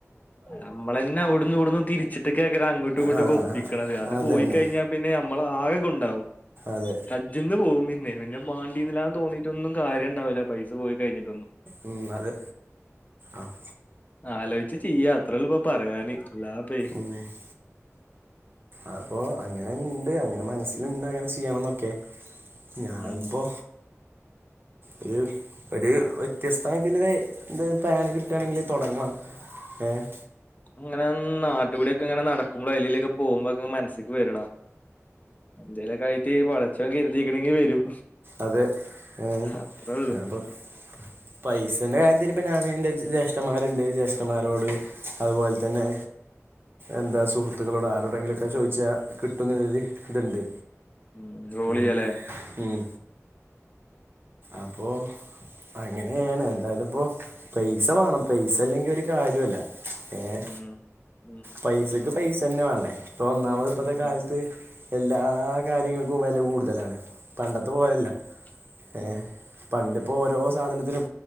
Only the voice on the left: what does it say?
നമ്മളന്നെ അവിടു‌ന്നും ഇവിടുന്നും തിരിച്ചിട്ടയ്ക്കാരം അങ്ങോട്ടും ഇങ്ങോട്ടുവൊക്കെ
ഒപ്പിക്ക്ണത് അത്
പോയി കയിഞ്ഞാ പിന്നെ ഞമ്മളാകെ ഗുണ്ടാവും
കജ്ജിന്ന് പോവും പിന്നെ. പിന്നെ മാണ്ടീര്ന്നില്ലാന്ന് തോന്നീട്ടൊന്നും കാര്യംണ്ടാവൂല പൈസ പോയി കഴിഞ്ഞിട്ടൊന്നും
ആലോയ്ച്ച് ചെയ്യ അത്രേയുള്ളൂ ഇപ്പൊ പറയാന് അല്ലാതിപ്പൊ
ഉം
അങ്ങനെന്ന് നാട്ടുകൂടിയൊക്കെ ഇങ്ങനെ നാട്ടീക്കൂടിയൊക്കെ നടക്കുമ്പോ അയ്ലീലൊക്കെ പോവുമ്പോെ ഒക്കെ മനസ്സില്ക്ക് വരൊള്ളു എന്തേലൊക്കെ ആയിട്ട് പടച്ചോൻ കരിതീക്ക്ണെങ്കി വരും.
അത്രേ ഉള്ളൂ
ഉം റോളെയ്യാലേ
ഉം ഉം
അതെ
ഉം
ഉം